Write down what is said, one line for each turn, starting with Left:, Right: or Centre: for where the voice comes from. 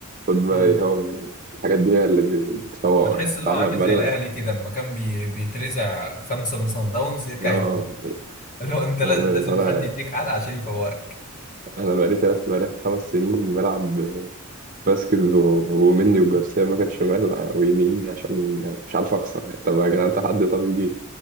Right: خد بقى
Left: ده
Right: إيه، هو بي- الحاجات دي هي اللي بي- بتفوقه
Left: بتحس
Right: يعني
Left: اللي
Right: فاحنا
Left: هو عامل
Right: بقالنا
Left: زي الاهلي كده لما كان بي... بيترزع خمسه من صن داونز يرجع
Right: اه
Left: يفوز <laughs> اللي هو انت لا-
Right: انا
Left: لازم
Right: فانا
Left: حد يديك علقه عشان يفوقك
Right: انا بقالي تلات بقالي خمس سنين بلعب فاسكيز و- ومني وجارسيا باكت شمال ويمين عشان مش عارف اخسر يعني. طب يا جدعان انت حد طب يجي